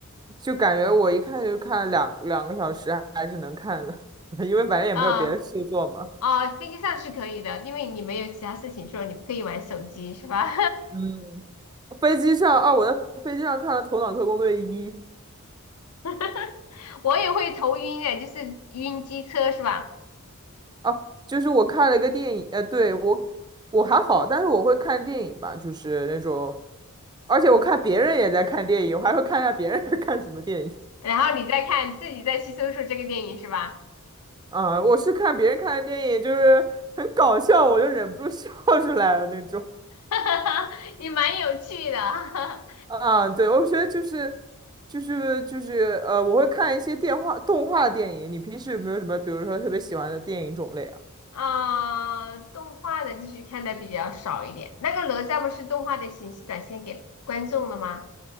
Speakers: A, on the right; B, on the left.
A: 就感觉我一看就看两两个小时还还是能看的，<laughs> 因为反正也没有别的事做嘛。
B: 啊。哦，飞机上是可以的，因为你没有其他事情做，你不可以玩手机是吧？
A: 嗯，飞机上啊，我在飞机上看了《头脑特工队一》，
B: <laughs> 我也会头晕的，就是晕机车是吧？
A: 哦，就是我看了个电影，呃，对，我我还好，但是我会看电影吧，就是那种，而且我看别人也在看电影，我还会看一下别人在看什么电影。
B: 然后你再看自己再去搜索这个电影是吧？
A: 啊、我是看别人看的电影，就是很搞笑，我就忍不住笑 <laughs> 出来了那种。
B: <laughs> 也蛮有趣的，
A: 啊，对，我觉得就是就是就是呃，我会看一些电话动画电影。你平时有没有什么，比如说特别喜欢的电影种类啊？
B: <laughs> 啊动画的继续看的比较少一点。那个哪吒不是动画的形式展现给观众的吗？